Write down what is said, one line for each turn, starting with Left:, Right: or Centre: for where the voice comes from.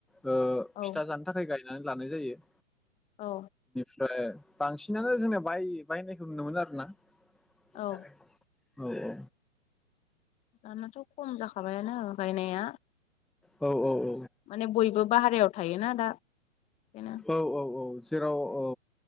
Centre: फिथा
Left: औ
Centre: जानो थाखाय गायो। नानै लानाय जायो।
Left: औ।
Centre: ओमफ्राय बांसिनानो जोंना बाय बायनायखौ नुनोमोन आरोना। <unintelligible>
Left: औ
Centre: औ औ।
Left: दानाथ' खम जाखाबायानो गायनाया।।
Centre: औ औ औ।
Left: माने बयबो बाहेरायाव थायोना दा बेनो।
Centre: औ औ औ जेराव औ